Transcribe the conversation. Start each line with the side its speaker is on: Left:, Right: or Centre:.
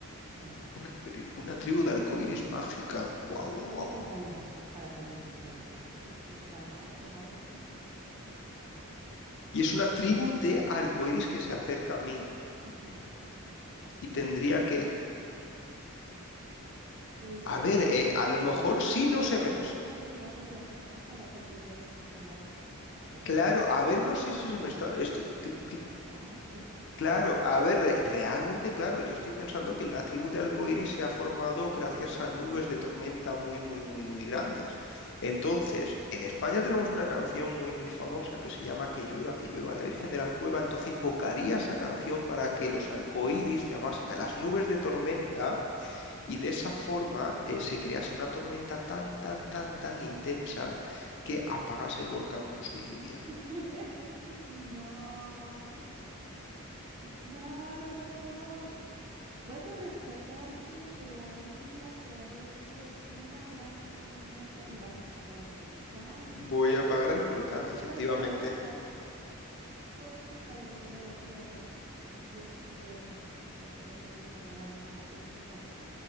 Right: mágica?
Left: Una, tri- una tribu de arcoíris mágica.
Right: Es
Left: Guau,
Right: tu
Left: guau,
Right: única
Left: guau.
Right: salvación para salir de esa isla. ¿Y tu dragón se va a dormir?
Left: Y es una tribu de arcoíris que se acerca a mí.
Right: Ujú, ujú.
Left: Y tendría que.
Right: Pues
Left: A
Right: eh,
Left: ver,
Right: no
Left: eh,
Right: sé,
Left: a lo
Right: subirte
Left: mejor sí no se
Right: o
Left: me.
Right: a ver cómo los vas a llamar para que te lleven a otro lado. No, Yo qué sé,
Left: Claro,
Right: o sea, tú
Left: a ver, no sé si
Right: eres
Left: se me
Right: el
Left: está.
Right: que te,
Left: este,
Right: te tiene
Left: cl-
Right: que rescatar.
Left: Claro, a ver, re- realmente, claro, yo estoy pensando que la tribu de Alcoiris se ha formado gracias a nubes de tormenta muy, muy, muy, muy grandes. Entonces, en España tenemos una canción muy, muy famosa que se llama Que llueva, que llueva, la Virgen de las Cuevas. Entonces, invocaría esa
Right: <gasps>
Left: canción para que los arcoíris llamasen
Right: No,
Left: a las nubes de tormenta
Right: no.
Left: y de esa forma eh, se crease una tormenta tan, tan, tan, tan intensa que apagase el volcán con su lluvia.
Right: <laughs> No, no, no, no, no. Vas a rescatarte de la isla a través de una gran tormenta y vas a apagar el volcán.
Left: Voy a apagar el volcán,
Right: Pero ¿qué
Left: efectivamente.
Right: tal que vas a apagar todo el calor de la Tierra y tienes que, que hacerlo de una manera muy precisa?